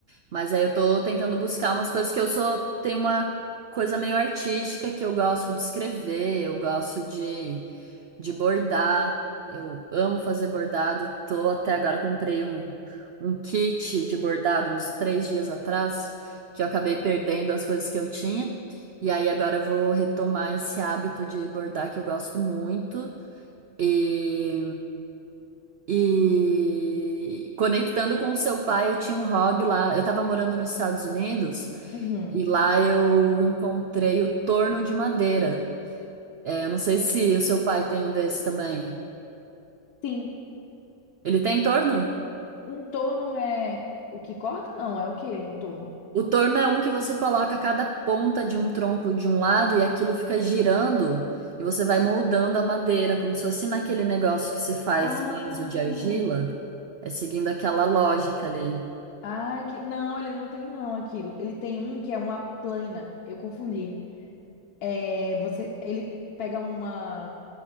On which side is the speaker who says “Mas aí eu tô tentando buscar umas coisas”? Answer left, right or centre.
Right